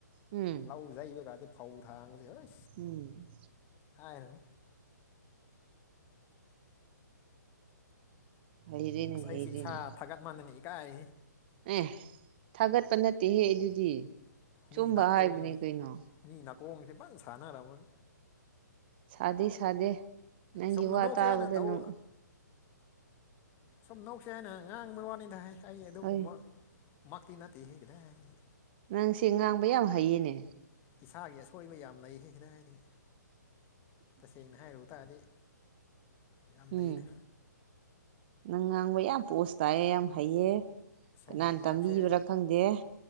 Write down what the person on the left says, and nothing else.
ꯂꯧꯖꯩꯕꯒꯥꯁꯦ ꯐꯥꯎ ꯊꯥꯡ꯭ꯔꯦ ꯍꯣꯏ
ꯍꯥꯏꯣ
ꯑꯁ
ꯑꯩꯁꯤ ꯏꯁꯥ ꯊꯥꯒꯠ ꯃꯥꯟꯗꯅꯤ ꯏꯀꯥꯏ
ꯃꯤ ꯅꯥꯀꯣꯡ
ꯃꯤ ꯅꯥꯀ ꯍꯡꯁꯦ ꯄꯝꯅ ꯁꯥꯟꯅꯔꯥꯃꯟ
ꯁꯝꯅ
ꯅꯁꯤ
ꯌꯥꯏ ꯅ ꯇꯧ
ꯁꯨꯝ ꯅꯣꯛꯁꯦ ꯍꯥꯏꯅ ꯉꯥꯡꯕꯩ ꯋꯥꯅꯤꯗ ꯍꯥꯏ ꯑꯩ ꯑꯗꯨꯒꯨꯝꯕ
ꯃꯛꯇ ꯅꯠꯇꯦꯍꯦ ꯀꯗꯥꯏꯗꯒꯤ
ꯏꯁꯥꯒꯤ ꯑꯁꯣꯏꯕ ꯌꯥꯝ ꯂꯩꯍꯦ ꯀꯗꯥꯏꯗꯩ ꯇꯁꯦꯡꯅ ꯍꯥꯏꯔꯨꯕ ꯇꯥꯔꯗꯤ ꯌꯥꯝ ꯂꯩꯗ
ꯁꯣꯝꯅ
ꯅꯣꯛꯁꯦ
ꯍꯥꯏꯅ